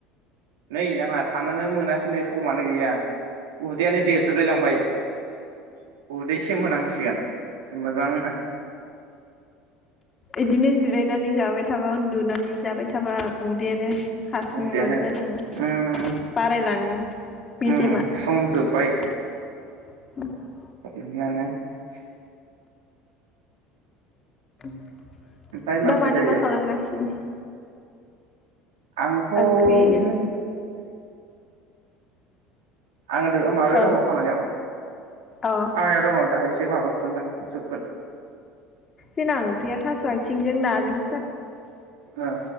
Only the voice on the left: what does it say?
इदिनो जिरायनानै जाबाय थाबा उन्दुनानै जाबाय थाबा उदैयानो हारसिङै
माबा जालाङो
बारायलाङो मेजेमा।
<unintelligible>
<inaudible>
दामानि
मा खालामगासिनो?
ओंख्रि
औ
अ
जोंना ओंख्रिया थास' आइथिंजों नाजों